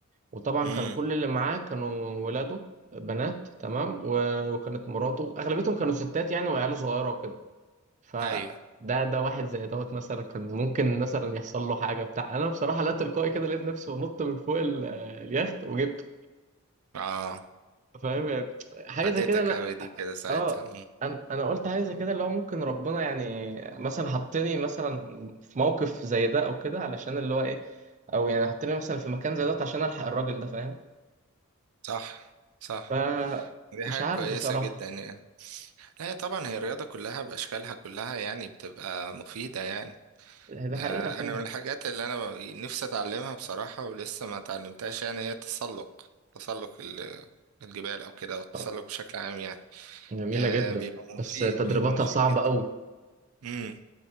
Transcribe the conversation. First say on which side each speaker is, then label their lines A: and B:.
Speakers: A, on the right (about 35°); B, on the right (about 80°).
A: وطبعا
B: امم
A: كان كل اللي معاه كانوا ولاده بنات تمام و... وكانت مراته أغلبيتهم كانوا ستات يعني وعياله صغيرة وكده فده
B: أيوه
A: ده واحد زي دوت مثلا كان ممكن مثلا يحصل له حاجه بتاع انا بصراحه لا تلقائي كده لقيت نفسي بنط من فوق ال- اليخت وجبته
B: اه
A: فاهم يعني حاجه
B: فادتك
A: زي كده انا
B: أوي دي كده ساعتها
A: اه انا انا قلت حاجه زي كده اللي هو ممكن ربنا يعني مثلا حطني مثلا في موقف زي ده او كده علشان اللي هو ايه او يعني حطني مثلا في مكان زي ده عشان الحق الراجل ده فاهم
B: صح صح
A: ف
B: دي
A: مش
B: حاجة
A: عارف
B: كويسة
A: بصراحه
B: جدا يعني لا هي طبعا هي الرياضة كلها بأشكالها كلها يعني بتبقى مفيدة يعني
A: ده
B: آه،
A: حقيقه فاهم
B: أنا من الحاجات اللي أنا ب- نفسي أتعلمها بصراحة ولسه ما اتعلمتهاش يعني هي التسلق تسلق ال- الجبال أو كده أو التسلق
A: آه،
B: بشكل عام يعني
A: جميله
B: آه،
A: جدا
B: بيبقى
A: بس
B: مفيد
A: تدريباتها
B: بيبقى مفيد
A: صعبه
B: جدا
A: قوي
B: مم.